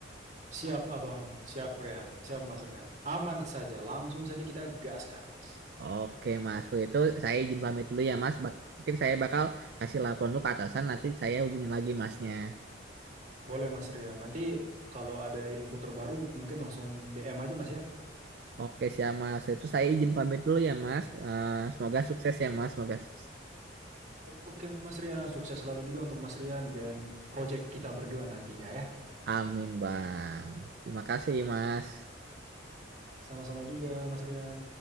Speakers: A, on the right; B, on the right.
A: Siap, Abang. Siap, Rian. Siap, Mas Rian. Aman saja. Langsung saja kita gaskan, Mas.
B: Oke Mas, kalau itu saya izin pamit dulu ya Mas. Bak- mungkin saya bakal kasih laporan dulu ke atasan, nanti saya hubungin lagi Masnya.
A: Boleh, Mas Rian. Nanti kalau ada info terbaru, mungkin langsung DM aja, Mas, ya.
B: Oke siap Mas, Kalau itu saya izin pamit dulu ya Mas. Eh, semoga sukses ya Mas, semoga sukses.
A: Oke, Mas Rian. Sukses selalu juga untuk Mas Rian dan project kita berdua nantinya, ya.
B: Amin Bang. Terima kasih Mas.
A: Sama-sama juga, Mas Rian.